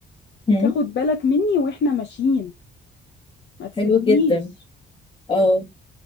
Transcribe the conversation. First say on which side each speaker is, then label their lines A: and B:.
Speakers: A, on the left (about 25°); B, on the left (about 60°).
A: هم
B: وتاخد بالك مني واحنا ماشيين ما تسيبنيش
A: حلو جدا اه